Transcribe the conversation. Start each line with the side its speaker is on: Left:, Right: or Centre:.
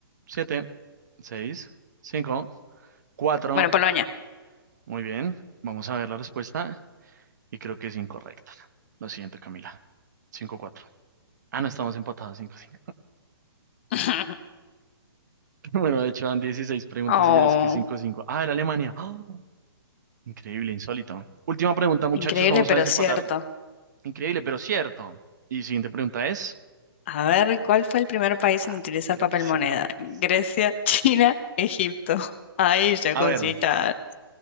Right: siete seis cinco cuatro
Left: Bueno, Polonia.
Right: Muy bien, vamos a ver la respuesta y creo que es incorrecta. Lo siento, Camila. cinco cuatro Ah, no, estamos empatados cinco cinco
Left: <laughs>
Right: <laughs> Bueno, de hecho, van dieciséis preguntas
Left: Oh.
Right: y yo es que 5 5. Ah, era Alemania. ¡Ah! Increíble, insólito. Última pregunta, muchachos,
Left: Increíble,
Right: vamos
Left: pero
Right: a desempatar.
Left: cierto.
Right: Increíble, pero cierto. Y siguiente pregunta es...
Left: A ver, ¿cuál fue el primer país
Right: Ah,
Left: en utilizar
Right: creo
Left: papel
Right: que sé
Left: moneda?
Right: cuál es.
Left: Grecia, <laughs> China, Egipto. Ahí esa cosita.
Right: A ver,